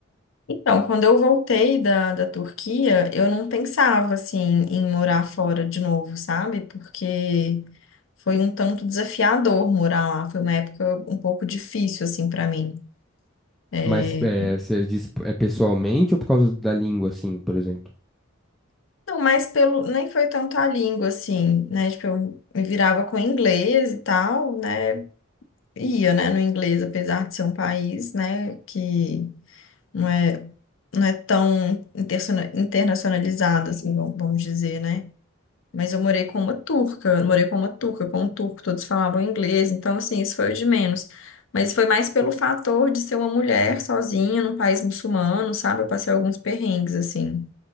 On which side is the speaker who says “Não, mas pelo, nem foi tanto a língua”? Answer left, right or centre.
Left